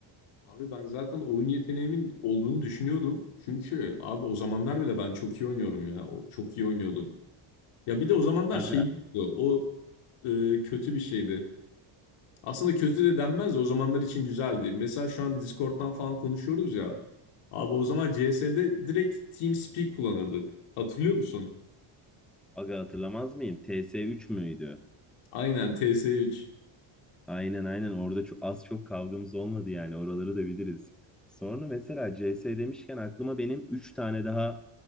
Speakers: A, on the left (about 80°); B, in the centre.
A: Abi ben zaten oyun yeteneğimin olduğunu düşünüyordum. Çünkü abi o zamanlar bile ben çok iyi oynuyorum ya. O, çok iyi oynuyordum. Ya bir de o zamanlar
B: Aga,
A: şey yoktu. O e, kötü bir şeydi. Aslında kötü de denmez de o zamanlar için güzeldi. Mesela şu an Discord'dan falan konuşuyoruz ya. Abi o zaman CS'de direkt TeamSpeak kullanırdık. Hatırlıyor musun?
B: aga hatırlamaz mıyım? TS3 müydü?
A: Aynen TS3.
B: Aynen aynen orada çok, az çok kavgamız olmadı yani oraları da biliriz. Sonra mesela CS demişken aklıma benim 3 tane daha